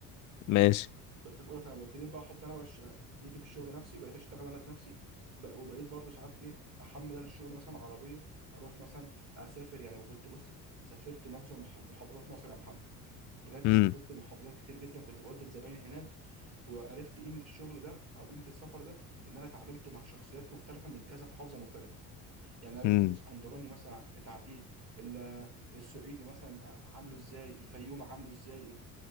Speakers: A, on the left (about 40°); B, on the right (about 35°).
A: ماشي
B: كنت في اولى ثانوي ابتديت بقى احط انا بقى ش- ايدي في الشغل نفسي بقيت اشتغل انا بنفسي بق- وبقيت برضو ساعات ايه احمل انا الشغل مثلا عربيه اروح مثلا اسافر يعني كنت بص سافرت معظم مح- محافظات مصر يا محمد بجد
A: امم
B: سافرت محافظات كتير جدا كنت بقعد الزباين هناك وعرفت قيمه الشغل ده او قيمه السفر ده ان انا اتعاملت مع شخصيات مختلفه من كذا محافظه مختلفه يعني عرفت
A: امم
B: الاسكندراني مثلا بتاع ايه ال- السعيدي مثلا آه، عامله ازاي الفيوم عامله ازاي